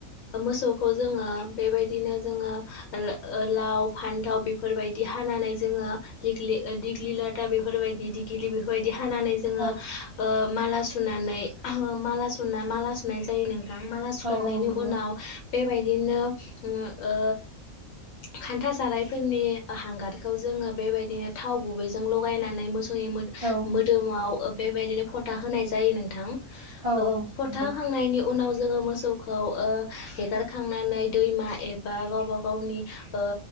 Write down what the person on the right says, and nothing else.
औ
औ औ नंगौ
औ
औ
औ नंगौ